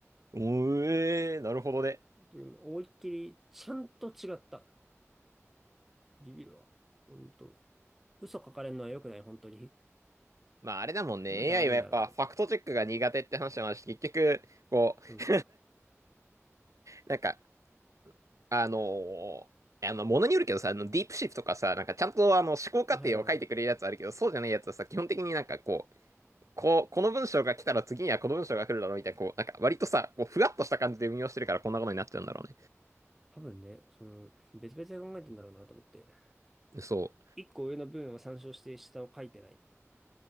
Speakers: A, on the right; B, in the centre.
A: おえーなるほどね。
B: でも、思いっきり、ちゃんと違った。ビビるわ。ほんと。嘘書かれるのは良くない、本当に。
A: まああれだもんね。
B: なんで合わねえんだろうと思った。
A: AI はやっぱファクトチェックが苦手って話もあるし、結局、こう、
B: そう。
A: なんか、あのーあの、ものによるけどさ、あの、ディープシフトとかさ、なんかちゃんとあの、思考過程を書いてくれるやつあるけど、
B: あ、はいはいはい。
A: そうじゃないやつはさ、基本的になんかこう、こう、この文章が来たら次にはこの文章が来るだろうみたいな、こう、なんか割とさ、こう、ふわっとした感じで運用してるからこんなことになっちゃうんだろう
B: 多分ね、その、別々で考えてんだろうなと思って。
A: ね。そ
B: 一個上の文を参照して下を書いてない